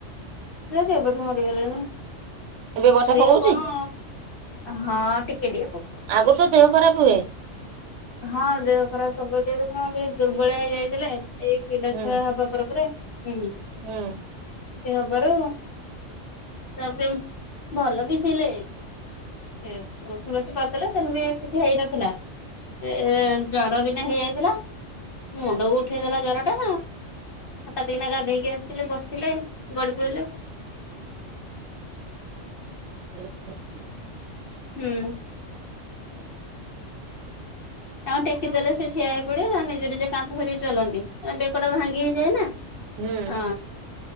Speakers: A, on the left; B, on the right.
A: ପା କେବେଠୁ ମରିଗଲେଣି?
B: ଏବେ ବର୍ଷା
A: ସେ
B: ପକଉଛି
A: କଣ ହଁ ଟିକେ ଟିକେ ପ
B: ବହୁତ ତ ଦେହ ଖରାପ ହୁଏ।
A: ହଁ ଦେହ ଖରାପ ସବୁବେଳେ ଦେଖୁନ କେମିତି ଦୁର୍ବଳିଆ ହେଇଯାଇଥିଲେ। ଏଇ ପିଲା
B: ହୁଁ
A: ଛୁଆ ହବା ପରେ ପରେ, ହୁଁ।
B: ହୁଁ।
A: ସେ ହବାରୁ ତାପରେ ଭଲ ବି ଥିଲେ ସେ ଉଠି ବସି ପାରୁଥିଲେ ସେମିତି କିଛି ହେଇନଥିଲା ଏ ଜର ଦିନେ ହେଇଯାଇଥିଲା ମୁଣ୍ଡକୁ ଉଠିଗଲା ଜରଟା ହଠାତ କିନା ଗାଧୋଇକି ଆସିଥିଲେ ବସିଥିଲେ ଗଡି ପଇଲେ।
B: <unintelligible>
A: ହୁଁ। ତାଙ୍କୁ ଟେକି ଦେଲେ ସେ ଠିଆ ହେଇପଡିବେ ତାଙ୍କେ ନିଜେ ନିଜେ କାନ୍ଥ ଧରିକି ଚାଲନ୍ତି। ଏ ବେକଟା ଭାଙ୍ଗି ହେଇଯାଏ ନା
B: ହୁଁ
A: ଅ